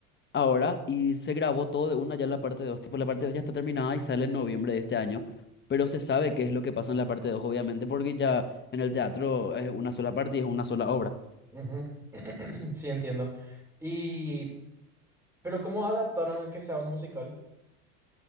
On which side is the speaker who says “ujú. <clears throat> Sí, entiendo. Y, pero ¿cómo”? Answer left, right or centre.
Centre